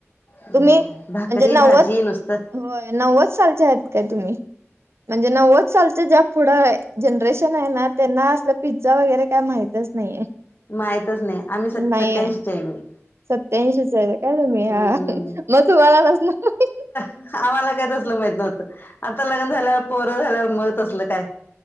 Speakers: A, on the left (about 45°); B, on the right (about 60°).
A: हम
B: तुम्ही म्हणजे
A: भाकरी
B: नव्वद
A: भाजी नुसतं.
B: होय नव्वद सालच्या आहेत काय तुम्ही. म्हणजे नव्वद सालच ज्या पुढं जनरेशन आहे ना. त्यांना असलं पिझ्झा वगैरे काय माहि तेच नाहीये.
A: माहितच नाही. आम्ही स
B: नाहीये
A: सत्याऐशीची आहे मी.
B: सत्याऐंशीच आहे का मग तुम्ही,
A: हम्म
B: हा मग तुम्हाला कसलं माहीत.
A: आम्हाला काय तसलं माहित नव्हतं, आता लग्नं झाल्यावर पोरं झाल्यावर मग असलं काय.